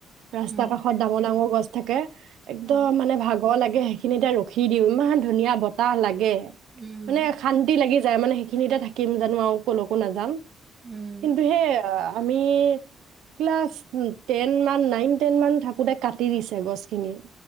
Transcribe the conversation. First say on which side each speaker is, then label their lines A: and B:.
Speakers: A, on the right; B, on the right.
A: ৰাস্তা
B: উম
A: কাষত ডাঙৰ ডাঙৰ গছ থাকে একদম
B: অ
A: মানে ভাগৰ লাগে সেইখিনিতে ৰখি উঠি দিওঁ ইমান ধুনীয়া বতাহ লাগে
B: উম
A: মানে শান্তি লাগি যায় মানে সেইখিনিতে থাকি জানো আৰু কলকো নাযাম
B: উম
A: কিন্তু সেই আমি ক্লাছ টেন মান নাইন টেন মান থাকোতে কাটি দিছে গছখিনি